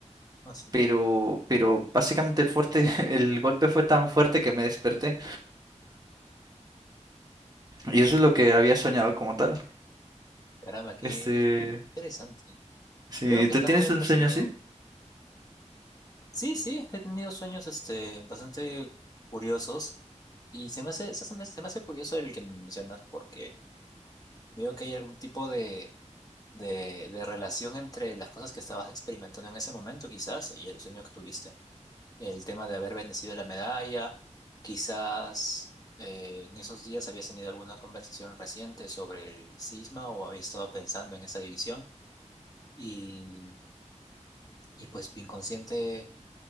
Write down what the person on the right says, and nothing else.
pero, pero básicamente el fuerte, <laughs> el golpe fue tan fuerte que me desperté. Y eso es lo que había soñado como tal.
Este,
sí,
¿te
tienes
un sueño así?